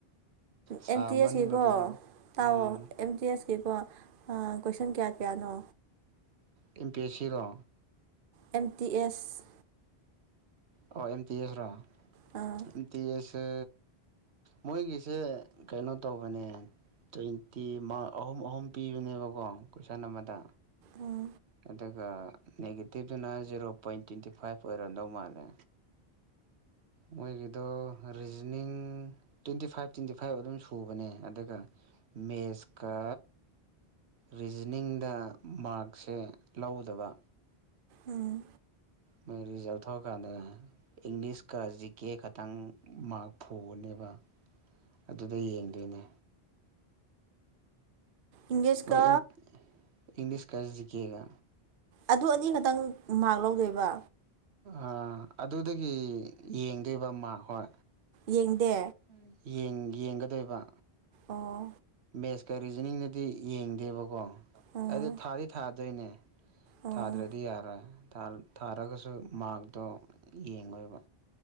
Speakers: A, on the right (about 85°); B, on the right (about 60°).
A: ꯁꯥꯃꯟꯕꯗꯨꯗ
B: ꯑꯦꯝ ꯇꯤ ꯑꯦꯁ ꯀꯤꯀꯣ ꯇꯥꯎꯑꯣ
A: ꯎꯝ
B: ꯑꯦꯝ ꯇꯤ ꯑꯦꯁꯀꯤꯀꯣ ꯑꯥ ꯀꯣꯏꯁꯟ ꯀ꯭ꯌꯥ ꯀ꯭ꯌꯥꯅꯣ
A: ꯑꯦꯝ ꯄꯤ ꯑꯦꯁ ꯁꯤꯔꯣ
B: ꯑꯦꯝ ꯇꯤ ꯑꯦꯁ
A: ꯑꯣ ꯑꯦꯝ ꯇꯤ ꯑꯦꯁ ꯔꯣ
B: ꯑꯥ
A: ꯑꯦꯝ ꯇꯤ ꯑꯦꯁꯁꯦ ꯃꯣꯏꯒꯤꯁꯦ ꯀꯩꯅꯣ ꯇꯧꯕꯅꯦ ꯇꯣꯏꯟ <unintelligible> ꯇꯤ ꯃꯥꯔꯛ ꯑꯍꯨꯝ ꯑꯍꯨꯝ ꯄꯤꯕꯅꯦꯕꯀꯣ ꯀꯣꯏꯁꯟ ꯑꯃꯗ
B: ꯑꯥ <unintelligible>
A: ꯑꯗꯨꯒ ꯅꯦꯒꯦꯇꯤꯞꯇꯅ ꯖꯦꯔꯣ ꯄꯣꯏꯟ ꯇ꯭ꯋꯦꯟꯇꯤ ꯐꯥꯏꯚ ꯑꯣꯏꯔꯝꯗꯧ ꯃꯥꯜꯂꯦ ꯃꯣꯏꯒꯤꯗꯣ reasoning twenty five twenty five ꯑꯗꯨꯝ ꯁꯨꯕꯅꯦ ꯑꯗꯨꯒ ꯃꯦꯁꯀ ꯔꯤꯖꯅꯤꯡꯗ ꯃꯥꯔꯛꯁꯦ ꯂꯧꯒꯗꯕ
B: ꯎꯝ
A: ꯃꯣꯏ ꯔꯤꯖꯜ ꯊꯣꯛꯑꯀꯥꯟꯗ ꯏꯪꯂꯤꯁꯀ ꯖꯤ ꯀꯦ ꯈꯇꯪ ꯃꯥꯔꯛ ꯐꯨꯒꯅꯦꯕ ꯑꯗꯨꯗ ꯌꯦꯡꯗꯨꯏꯅꯦ
B: ꯏꯪꯂꯤꯁꯀ
A: ꯍꯣꯏ <unintelligible> ꯏꯪꯂꯤꯁꯀ ꯖꯤꯀꯦꯒ
B: ꯑꯗꯨ ꯑꯅꯤ ꯈꯛꯇꯪ ꯃꯥꯔꯛ ꯂꯧꯗꯨꯏꯕ
A: ꯑꯥ ꯑꯗꯨꯗꯒꯤ ꯌꯦꯡꯗꯣꯏꯕ ꯃꯥꯔꯛ ꯍꯣꯏ
B: ꯌꯦꯡꯗꯦ
A: ꯎꯝ ꯌꯦꯡ ꯌꯦꯡꯒꯗꯣꯏꯕ
B: ꯑꯣ
A: ꯃꯦꯁ ꯀ ꯔꯤꯖꯅꯤꯡꯒꯗꯤ ꯌꯦꯡꯗꯦꯕꯀꯣ
B: ꯑꯣ
A: ꯑꯩꯗꯨ ꯊꯥꯗꯤ ꯊꯥꯗꯣꯏꯅꯦ
B: ꯑꯣ
A: ꯊꯥꯗ꯭ꯔꯗꯤ ꯌꯥꯔꯣꯏ ꯊꯥ ꯊꯥꯔꯒꯁꯨ ꯃꯥꯔꯛꯇꯣ ꯌꯦꯡꯉꯣꯏꯕ